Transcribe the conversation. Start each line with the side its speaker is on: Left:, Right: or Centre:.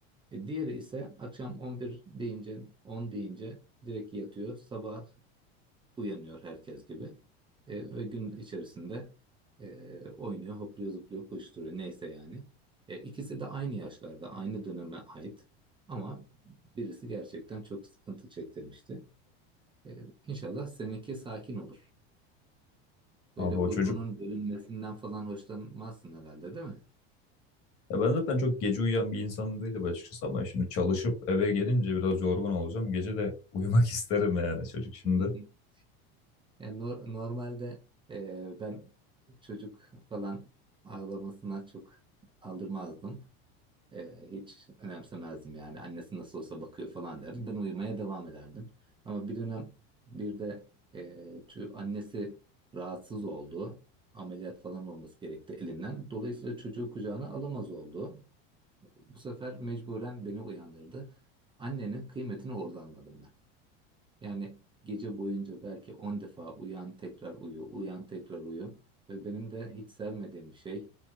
Right: E, diğeri ise akşam 11 deyince 10 deyince direkt yatıyor. Sabah uyanıyor herkes gibi. E, ve gün içerisinde e, oynuyor, hopluyor, zıplıyor, koşturuyor. Neyse yani. E, ikisi de aynı yaşlarda, aynı döneme ait. Ama birisi gerçekten çok sıkıntı çektirmişti. E, İnşallah seninki sakin olur. Böyle
Left: Abi
Right: uykunun
Left: o çocuk
Right: bölünmesinden falan hoşlanmazsın herhalde, değil mi?
Left: ya ben zaten çok gece uyuyan bir insan değilim açıkçası ama şimdi çalışıp eve gelince biraz yorgun olacağım. Gece de uyumak <laughs> isterim yani çocuk şimdi.
Right: <laughs> Yani nor- normalde e, ben çocuk falan ağlamasına çok aldırmazdım. Ee, hiç önemsemezdim yani. Annesi nasıl olsa bakıyor falan derdim. Ben uyumaya devam ederdim. Ama bir dönem bir de e, şu annesi rahatsız oldu. Ameliyat falan olması gerekti elinden. Dolayısıyla çocuğu kucağına alamaz oldu. Bu sefer mecburen beni uyandırdı. Annenin kıymetini orada anladım ben. Yani gece boyunca belki 10 defa uyan tekrar uyu, uyan tekrar uyu. Ve benim de hiç sevmediğim bir şey